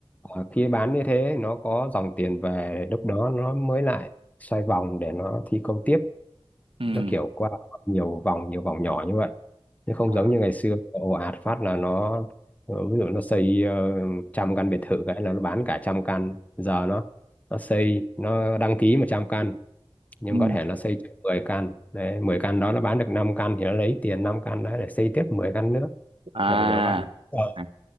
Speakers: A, on the left; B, on the right.
A: Ờ, khi bán như thế nó có dòng tiền về lúc đó nó mới lại xoay vòng để nó thi công tiếp
B: ừ
A: nó kiểu qua nhiều vòng nhiều vòng nhỏ như vậy chứ không
B: à
A: giống như ngày xưa ồ ạt phát là nó ờ, ví dụ nó xây ờ, trăm căn biệt thự cái là nó bán cả trăm căn giờ nó nó xây nó đăng ký 100 căn nhưng
B: ừ
A: có thể nó xây 10 căn đấy 10 căn đó nó bán được 5 căn thì nó lấy tiền 5 căn đó để xây tiếp 10 căn nữa
B: à
A: kiểu kiểu vậy Ờ,
B: À,